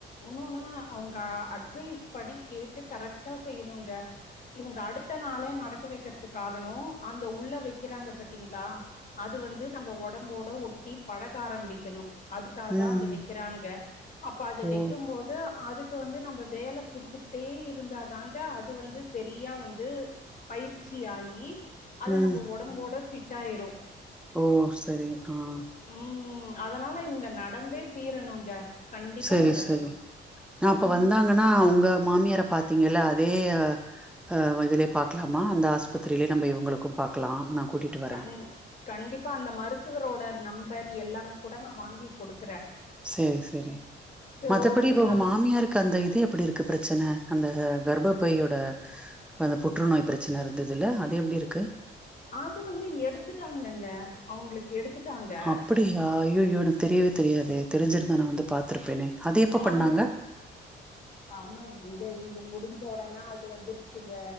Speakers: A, on the left; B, in the centre.
A: உன்னொன்னு அவங்க அ அட்வைஸ் படி கேட்டு கரக்டா செய்யணங்க இவங்க அடுத்த நாள நடக்க வைக்கிறது காரணோ அந்த உள்ள வைக்கிறாங்க பாத்தீங்களா அது வந்து நம்ம டம்போட ஒட்டி பழக ஆரம்பிக்கணு அதுக்காக
B: ம்
A: தான் அது வெக்கிறாங்க அப்ப அது
B: ஓ
A: வெக்கும்போது அதுக்கு க்கு வந்து நம்ம வேல கொடுத்துக்கிட்டே இருந்தாதாங்க அது வந்து சரியா வந்து பயிற்சி ஆகி அத
B: ம்
A: நம்ம ஒடம்போட ஃபிட் ட்டாயிரு
B: ஓ செரி ஆஹ்
A: உம் அதனால இவங்க நடந்தே தீரணுங்க கண்டிப்பா
B: செரி
A: நடக்கணு
B: செரி நா அப்ப
A: ம்
B: வந்தாங்கன்னா உங்க மாமியார பாத் த்தீங்களல்ல அதே ஹ் இதுலே பாக்கலாமா அந்த ஹாஸ்பி ஸ்பத்திரிலே நம்ம இவங்களுக்கு பாக்கலாம் நா கூட்டிட்டு வரே
A: கண் கண்டிப்பா அந்த மருத்துவரோட நம்பர் எல்லாமே கூட நா வாங்கிக குடுத்து
B: சரி சரி
A: சோ
B: மத்தபடி இப்போ
A: நீங்க
B: உங்க மாமியாருக்கு அந்த இது எப்டி இருக்கு பிரச்சனை அந்த கர்ப்ப்பையோட அந்த புற்றுநோய் பிரச்சனை இருந்தது ல்ல அது எப்டி இருக்கு
A: அது வந்து எடுத்துட்டாங்கங்க அவங்களுக்கு எடுத்துட்டாங்க
B: அப்டியா ஐயைய்யோ எனக்குத் தெரியவே தெரியாதே தெரிஞ்சிருத நா வந்து பாத்திருப்பேனே அது எப்ப பண்ணாங்க
A: ஐயோ ஆமா இங்க இது முடிஞ்ச உடனா அது வந்துருச்சுங்க